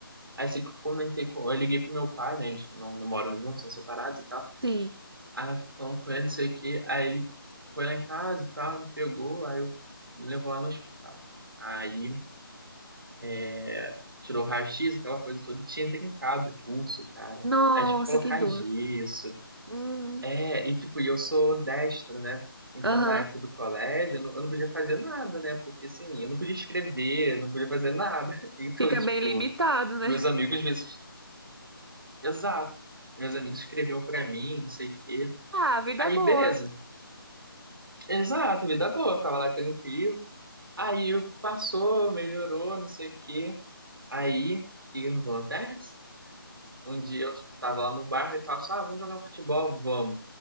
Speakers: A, on the right; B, on the right.
A: Aí assim, que eu comentei com, eu liguei pro meu pai, né, eles não, não moram juntos, são separados e tal.
B: Sim.
A: Aí eu falando com ele, não sei o quê. Aí ele foi lá em casa e tal, me pegou, aí eu me levou lá no hospital. Aí é, tirou raio-x, aquela coisa toda, e tinha trincado o pulso, cara.
B: Nossa,
A: Aí tive que colocar
B: que dor.
A: gesso.
B: Hum,
A: É, e tipo, e eu sou destro, né? Então,
B: Aham.
A: na época do colégio, eu não, eu não podia fazer nada, né? Porque, assim, eu não podia escrever, eu não podia fazer nada. <laughs> Então,
B: Fica
A: tipo,
B: bem limitado, né?
A: meus amigos, às vezes... Exato. Meus amigos escreviam pra mim, não sei o quê.
B: Ah, vida
A: Aí,
B: é boa.
A: beleza. Exato, vida boa. Eu ficava lá tranquilo. Aí eu- passou, melhorou, não sei o quê. Aí, o que acontece? Um dia eu tava lá no bar e tal, sabe, ah, vamos jogar futebol, vamos.